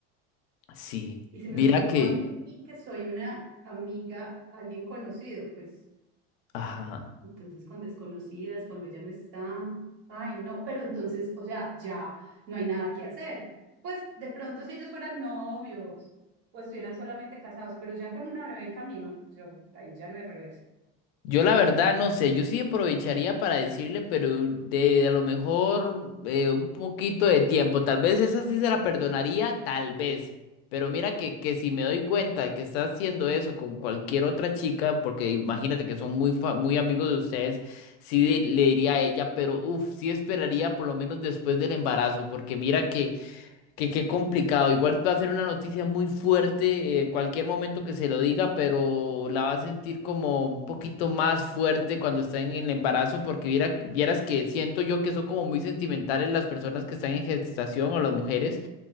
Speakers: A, on the left; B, on the right.
A: Sí,
B: Y si me
A: mira
B: lo propuso
A: que,
B: a mí, que soy una amiga, alguien conocido, pues
A: ajá.
B: entonces con desconocidas, cuando ella no está, ay, no, pero entonces, o sea, ya no hay nada que hacer. Pues de pronto si ellos fueran novios o estuvieran solamente casados, pero ya con una bebé en camino, yo, ahí ya no hay reversa.
A: Yo la verdad no sé, yo sí aprovecharía para decirle, pero de a lo mejor eh, un poquito de tiempo, tal vez esa sí se la perdonaría, tal vez. Pero mira que, que si me doy cuenta de que está haciendo eso con cualquier otra chica, porque imagínate que son muy, fa- muy amigos de ustedes, sí de- le diría a ella, pero uff, sí esperaría por lo menos después del embarazo, porque mira Que qué complicado. Igual va a ser una noticia muy fuerte, eh, cualquier momento que se lo diga, pero la va a sentir como un poquito más fuerte cuando está en el embarazo, porque viera- vieras que siento yo que son como muy sentimentales las personas que están en gestación o las mujeres.